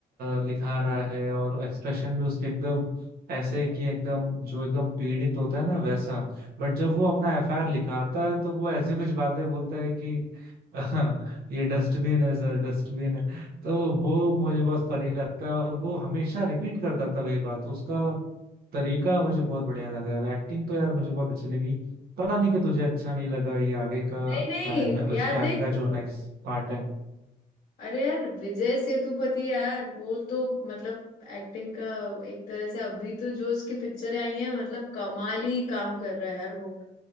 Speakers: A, on the right; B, on the left.
A: लिखा रहा है और एक्सप्रेशन भी उसके एकदम ऐसे कि एकदम जो एकदम पीड़ित होता है ना वैसा बट जब वो अपना एफआईआर लिखाता है तो वो ऐसे कुछ बातें बोलता है कि <laughs> ये डस्टबिन है सर डस्टबिन है तो वो मुझे बहुत फनी लगता है और वो हमेशा रिपीट करता था वही बात उसका तरीका मुझे बहुत बढ़िया लगा यार एक्टिंग तो यार मुझे बहुत अच्छी लगी पता नहीं कि तुझे अच्छा नहीं लगा ये आगे का
B: नहीं नहीं
A: क्लाइम है
B: यार
A: उसके आगे
B: देख
A: का जो नेक्स्ट पार्ट है
B: अरे यार विजय सेतुपति यार वो तो मतलब एक्टिंग का एक तरह से अभी तो जो उसकी पिक्चरें आई हैं मतलब कमाल ही काम कर रहा है यार वो